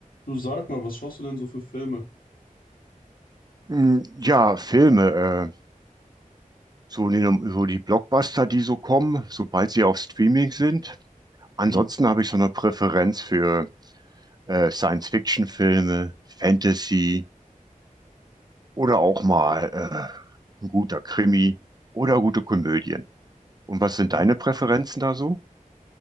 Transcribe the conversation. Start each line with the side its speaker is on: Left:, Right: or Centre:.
Left: Du sag mal, was schaust du denn so für Filme?
Right: Mm, Ja, Filme, äh, so, die, so die Blockbuster, die so kommen, sobald sie auf Streaming sind. Ansonsten
Left: Mhm.
Right: habe ich so eine Präferenz für äh, Science-Fiction-Filme, Fantasy oder auch mal äh, ein guter Krimi oder gute Komödien. Und was sind
Left: Mhm.
Right: deine Präferenzen da so?